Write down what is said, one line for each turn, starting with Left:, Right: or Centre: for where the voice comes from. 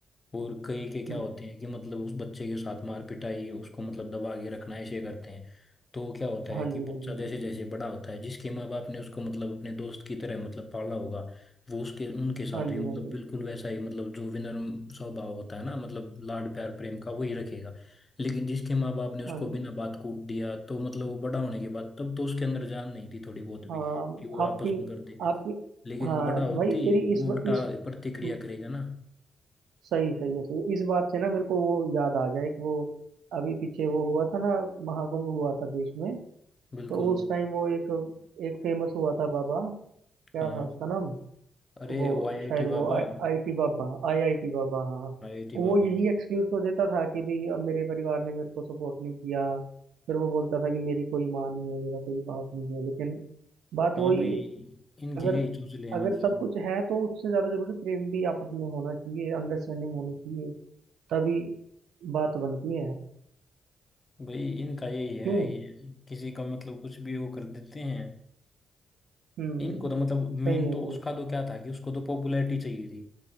Left: और कई के क्या
Right: हम्म
Left: होते हैं कि मतलब उस बच्चे के साथ मार पिटाई उसको मतलब दबा के रखना ऐसे करते हैं तो क्या होता है
Right: हाँ
Left: कि
Right: जी
Left: बच्चा
Right: हाँ जी
Left: जैसे
Right: हाँ जी
Left: जैसे बड़ा होता है जिसके माँ बाप ने उसको मतलब अपने दोस्त की तरह मतलब पाला होगा वो उसके उनके साथ
Right: हाँ
Left: भी
Right: जी
Left: मतलब
Right: हाँ जी
Left: बिल्कुल वैसा ही मतलब जो विनम्र स्वभाव होता है ना मतलब लाड प्यार प्रेम का वही रखेगा लेकिन जिसके माँ बाप ने उसको
Right: हाँ जी
Left: बिना बात कूट दिया तो मतलब वो बड़ा होने के बाद तब तो उसके अंदर जान नहीं थी थोड़ी बहुत भी
Right: हाँ
Left: कि वो आपस
Right: आपकी
Left: में कर दे
Right: आपकी
Left: लेकिन
Right: हाँ
Left: बड़ा होती
Right: भाई तेरी इस
Left: वो
Right: ब-
Left: उल्टा
Right: इस
Left: प्रतिक्रिया
Right: हम्म,
Left: करेगा ना
Right: सही सही है सही है। इस बात से ना मेरे को वो याद आ गया एक वो अभी पीछे वो हुआ था ना महाकुंभ हुआ था देश में
Left: बिल्कुल
Right: तो उस टाइम वो एक एक फेमस हुआ था बाबा क्या
Left: हाँ
Right: था उसका नाम
Left: अरे
Right: वो
Left: ओ आई आई
Right: शायद
Left: टी बाबा
Right: वो आई आई टी बाबा आई आई टी बाबा हाँ
Left: आई आई टी
Right: वो
Left: बाबा
Right: यही एक्सक्यूज तो देता था कि भाई अब मेरे परिवार ने मेरे को सपोर्ट नहीं किया फिर वो बोलता था कि मेरी कोई माँ नहीं है मेरा कोई बाप नहीं है लेकिन बात
Left: हाँ
Right: वही
Left: भाई इनके
Right: अगर
Left: यही चूसले हैं
Right: अगर
Left: मतलब
Right: सब कुछ है तो उससे ज्यादा जरूरी प्रेम भी आपस में होना चाहिए अंडरस्टैंडिंग होनी चाहिए तभी बात बनती है
Left: भाई इनका यही है
Right: क्यों
Left: ये किसी का मतलब कुछ भी वो कर देते हैं
Right: हम्म
Left: इनको तो मतलब
Right: सही
Left: मेन
Right: है
Left: तो
Right: सही
Left: उसका तो क्या था कि उसको तो पॉपुलैरिटी चाहिए थी